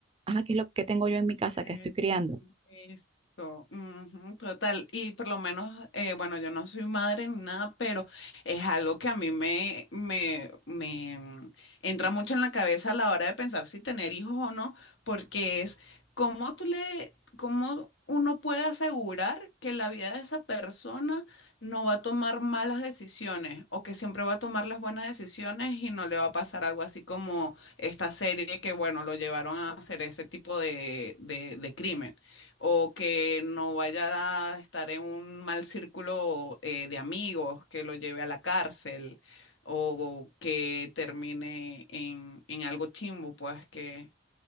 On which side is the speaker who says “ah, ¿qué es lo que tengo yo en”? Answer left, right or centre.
Right